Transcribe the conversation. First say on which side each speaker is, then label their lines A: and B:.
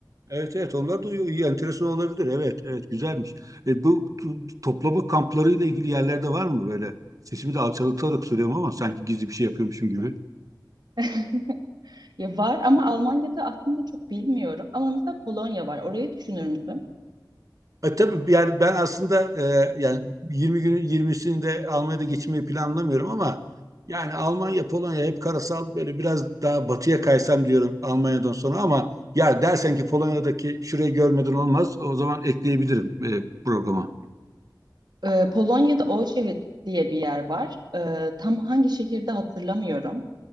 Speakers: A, on the right; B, on the right.
A: Evet evet onlar da iyi, iyi, enteresan olabilir. Evet evet güzelmiş. E, bu tu- toplama kamplarıyla ilgili yerlerde var mı böyle? Sesimi de alçaltarak soruyorum ama sanki gizli bir şey yapıyormuşum gibi.
B: <laughs> Ya var ama Almanya'da aslında çok bilmiyorum. Ama mesela Polonya var. Orayı düşünür müsün?
A: E, tabii yani ben aslında e, yani 20 günün 20'sini de Almanya'da geçirmeyi planlamıyorum ama yani Almanya, Polonya hep karasal böyle biraz daha batıya kaysam diyorum Almanya'dan sonra ama ya dersen ki Polonya'daki şurayı görmeden olmaz o zaman ekleyebilirim e, programa.
B: Ee, Polonya'da Auschwitz diye bir yer var. Ee, tam hangi şehirde hatırlamıyorum.